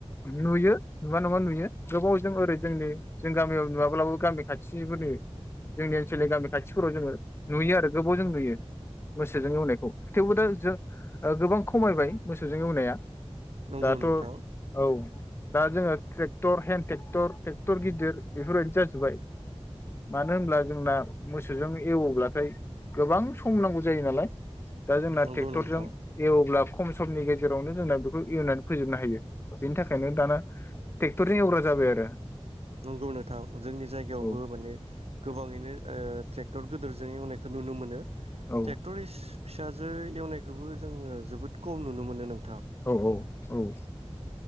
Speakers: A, on the left; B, on the right.
A: नुयो नुवा नङा नुयो गोबावजों ओरै जोंनि जों गामियाव नुवाब्लाबो गामि खाथिफोरनि जोंनि ओनसोलनि गामि खाथिफोराव जोङो नुयो आरो गोबाव जों नुयो। मोसौजों एवनायखौ थेवबो दा जों ओ-गोबां खमायबाय मोसौजों एवनाया।
B: नंगौ
A: दाथ'
B: नोंथां
A: औ दा जोङो। ट्रेक्टर हेन्द ट्रेक्टर ट्रेक्टर गिदिर बेफोरबायदि जाजोब्बाय मानो होनब्ला जोंना मोसौजों एवोब्लाथाय गोबां सम। सम नांगौ जायो नालाय। दा जोंना
B: नंगौ
A: ट्रेक्टरजों
B: नोंथां
A: एवब्ला। खम समनि गेजेरावनो जोंना बेखौ एवनानै फोजोबनो हायो बेनि थाखायनो दाना ट्रेक्टरजों एवग्रा जाबाय आरो।
B: नंगौ नोंथां जोंनि जायगायावबो
A: औ
B: माने गोबाङैनो ओ- ट्रेक बेक्टर गिदोरजों एवनायखौ नुनो मोनो।
A: औ
B: ट्रेक्ट'रिस। फिसाजो एवनायखौबो जोङो जोबोद खम नुनो मोनो नों।
A: औ -औ- औ-।